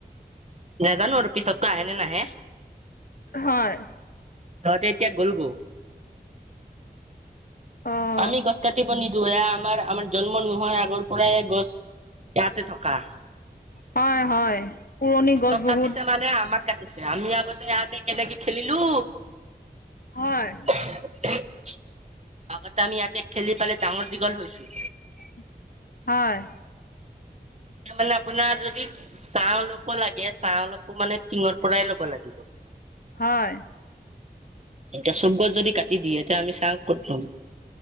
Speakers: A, on the right; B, on the left.
A: নাজানোঁ আৰু পিছততো আহে নে নাহে!
B: হয়!
A: সিহঁতে এতিয়া, গ'লগৈ।
B: অ'!
A: আমি গছ কাটিব নিদিওঁ! এ, আমাৰ, আমাৰ জন্ম নোহোৱাৰ আগৰ পৰাই, গছ ইয়াতে থকা।
B: হয়! হয়! পুৰণি
A: গছত
B: গছ বহুত
A: কাটিছে মানে, আমাক কাটিছে! আমি আগতে, ইয়াতে কেনেকে খেলিলোঁ।
B: হয়!
A: <unintelligible> আগতে আমি, ইয়াতে খেলি পিলে ডাঙৰ-দীঘল হৈছোঁ।
B: <inaudible> হয়!
A: এতিয়া মানে, আপোনাৰ যদি, চাহ অলপো লাগে, চাহ অলপো মানে, টিঙৰ পৰাই ল'ব লাগে। <inaudible>
B: হয়!
A: এতিয়া, চব গছ যদি কাটি দিয়ে। এতিয়া আমি, চাঁ ক'ত ল'ম?